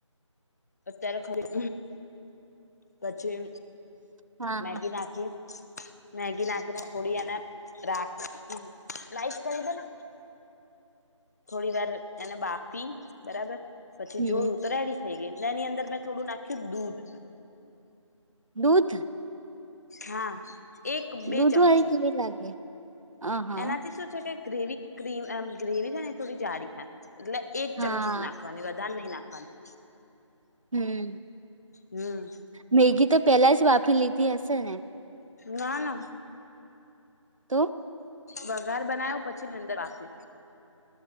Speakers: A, on the left; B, on the right.
A: અત્યારે ખરી પછી
B: હા
A: મેગી નાખી મેગી નાકી ના થોડી અને રાખ લાઈટ કરી દેને થોડી વાર એને બાફી બરાબર પછી
B: હમ
A: જોયું તો રેડી થઈ ગઈ એની અંદર મેં થોડું નાખ્યું દૂધ
B: દૂધ.
A: હા એક બે
B: દૂધ
A: ચમચી
B: વાળી કેવી લાગે? અ હા
A: એનાથી શું છે કે ગ્રેવી ક્રીમ ગ્રેવી છે ને એ થોડી જાડીી થાય એટલે એક
B: હા
A: ચમચી જ નાખવાની વધારે નહી નાખવાની.
B: હમ
A: હમ
B: મેગી તો પેલા જ વાપરી લીધી હશે ને
A: ના ના.
B: તો?
A: વઘાર બનાવ્યો પછીની અંદર રાખી